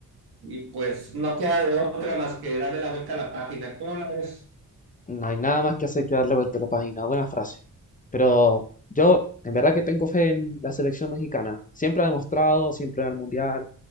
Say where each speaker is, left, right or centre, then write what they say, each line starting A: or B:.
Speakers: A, on the right; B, on the left.
A: y pues no queda de otra más que darle la vuelta a la página. ¿Cómo la ves?
B: No hay nada más que hacer que darle vuelta a la página. Buena frase. Pero yo, en verdad que tengo fe en la selección mexicana. Siempre ha demostrado, siempre en el Mundial.